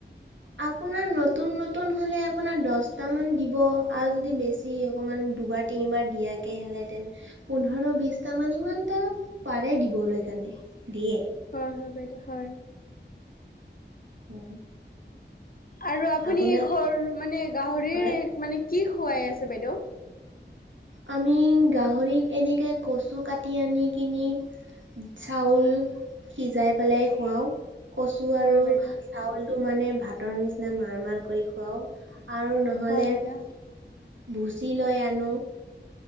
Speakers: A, on the right; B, on the left.
A: আপোনাৰ নতুন নতুন হলে আপোনাৰ দহটা মান দিব আৰু যদি বেছি অকমান দুবাৰ -তিনিবাৰ দিয়াকে হেলে তেন পোন্ধৰ, বিশটা মান ইমান তা পাৰে দিবলৈ। চানি দিয়ে?
B: হয় হয় বাইদেউ হয়।
A: উম।
B: আৰু আপুনি
A: আপোনাৰ
B: খৰ মানে, গাহৰিক
A: হয়
B: মানে, কি খোৱাই আছে বাইদেউ?
A: আমি গাহৰিক এনেকে কচু কাটি আনি কিনি চাউল সিজাই পেলাই খুৱাও। কচু
B: হয়
A: আৰু
B: বাইদেউ
A: চাউলটো মানে ভাতৰ নিচিনা মাৰ-মাৰ কৰি খুৱাও। আৰু নহলে
B: হয় বাইদেউ।
A: ভূচি লৈ আনো।